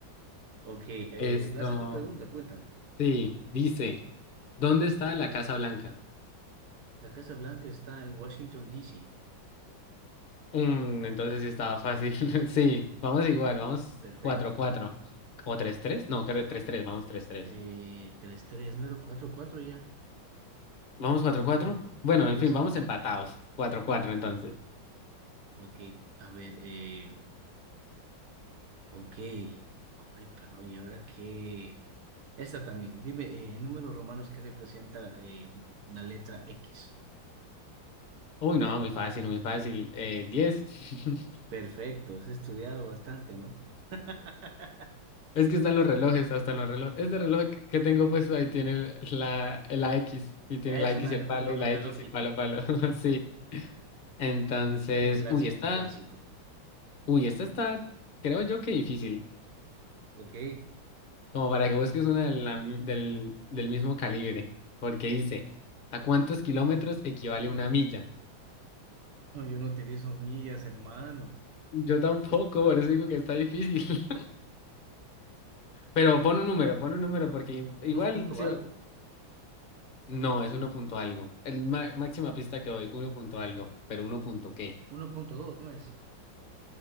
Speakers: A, on the right; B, on the left.
A: Ok, eh,
B: Esto,
A: lanza tu pregunta, cuéntame.
B: sí, dice, ¿dónde está la Casa Blanca?
A: La Casa Blanca está en Washington, D. C.
B: Mm, entonces sí estaba fácil. <laughs> Sí, vamos igual, vamos
A: Perfecto.
B: cuatro cuatro o tres tres No, creo tres tres vamos tres tres
A: Eh, tres 3 ¿no era un 4-4 ya?
B: vamos cuatro cuatro Bueno,
A: Creo
B: en
A: que
B: fin,
A: sí.
B: vamos empatados. cuatro cuatro entonces.
A: Ok, a ver, eh, Ok. Ay, perdón, ¿y ahora qué? Esta también. Dime, eh, números romanos que representa eh, la letra X.
B: Uy, no, muy fácil, muy fácil. Eh, 10. <laughs>
A: Perfecto, has estudiado bastante, ¿no? <laughs>
B: Es que están los relojes, hasta en los relojes. Este reloj que que tengo puesto ahí tiene la, la X. Y tiene
A: Es
B: la X
A: una-
B: y el
A: un
B: palo,
A: reloj
B: y la
A: analógico.
B: X y el palo, palo. <laughs> Sí. Entonces,
A: Un clásico,
B: uy, esta,
A: un clásico.
B: uy, esta está, creo yo que difícil,
A: Ok.
B: como para que busques una de la mi- del, del mismo calibre, porque dice, ¿a cuántos kilómetros equivale una milla?
A: No, yo no utilizo millas, hermano.
B: Yo tampoco, por eso digo que está difícil. <laughs> Pero pon un número, pon un número, porque
A: Dos
B: igual,
A: punto
B: si
A: algo.
B: va- no, es uno punto algo. El ma- máxima pista que doy, uno punto algo, pero uno punto qué.
A: uno punto dos, ¿no es?